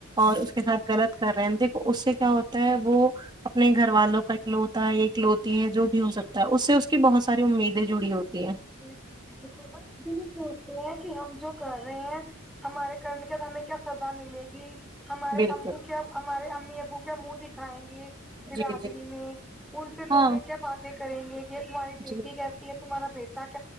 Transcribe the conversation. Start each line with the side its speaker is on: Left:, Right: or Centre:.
Right: اور
Centre: بالکل
Right: اس کے ساتھ غلط کر رہے ہیں دیک اس سے کیا ہوتا ہے وہ اپنے گھر والوں کا ایک لو تا ایکلوتی ہے جو بھی ہو سکتا ہے اس سے اس کی بہت ساری امیدیں جڑی ہوتی ہیں
Centre: بکل جی بالکل اور بھی یہ سوچتے ہیں کہ ہم جو کر رہے ہیں ہمارے کرنے کے بعد ہمیں کیا سزا ملے گی ہمارے
Right: بالکل
Centre: امو کیا ہمارے امی ابو کیا منہ دکھائیں گی برادری
Right: جی جی
Centre: میں ان سے لوگ
Right: ہاں
Centre: یہ کیا باتیں کریں گے کہ یہ تمہاری بیٹی
Right: جی
Centre: کیسی ہے تمہارا بی تاک